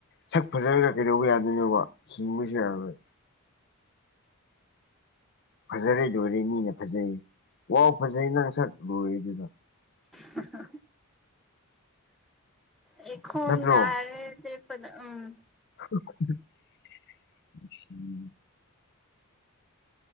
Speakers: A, on the left; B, in the centre.
A: ꯁꯛ ꯐꯖꯔꯒ ꯀꯩꯗꯧꯕꯥ ꯌꯥꯗꯣꯏꯅꯣꯕ ꯁꯤꯡꯕꯁꯨ ꯌꯥꯔꯣꯏ ꯐꯖꯔꯦ ꯂꯣꯏꯔꯦ ꯃꯤꯅ ꯐꯖꯩ ꯋꯥꯎ ꯐꯖꯩ ꯅꯪ ꯁꯛ ꯂꯣꯏꯔꯦ ꯑꯗꯨꯒ
B: ꯍꯥꯍꯥꯍꯥ ꯑꯩ ꯈꯣꯡꯅꯥꯔꯦ
A: ꯅꯠꯇ꯭ꯔꯣ
B: ꯂꯦꯞꯄꯗ ꯎꯝ
A: ꯎ <inaudible>